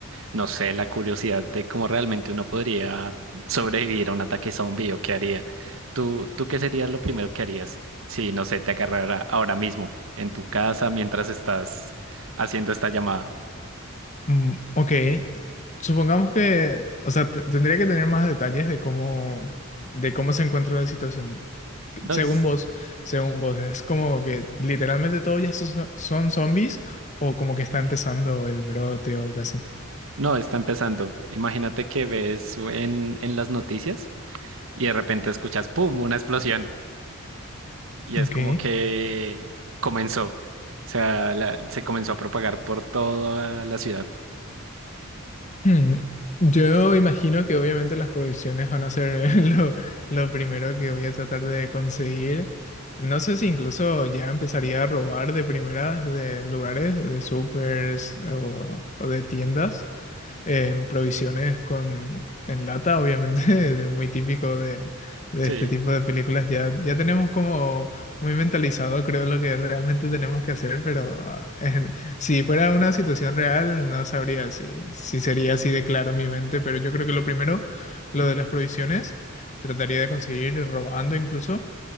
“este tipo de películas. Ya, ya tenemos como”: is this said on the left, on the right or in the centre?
Left